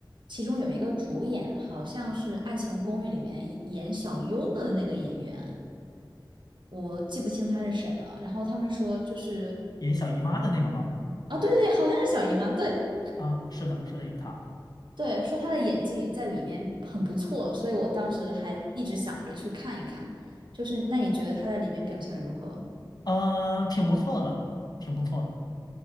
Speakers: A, on the right; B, on the left.
A: 其中有一个主演好像是《爱情公寓》里面演小优的那个演员，我记不清他是谁了。然后他们说就是，
B: 演小姨妈的那个吗？
A: 啊，对对对，好像是小姨妈，对
B: 啊，是的，是的，有他，
A: 对，说她的演技在里面很不错，所以我当时还一直想着去看一看。就是那你觉得她在里面表现如何？
B: 嗯、挺不错的，挺不错的，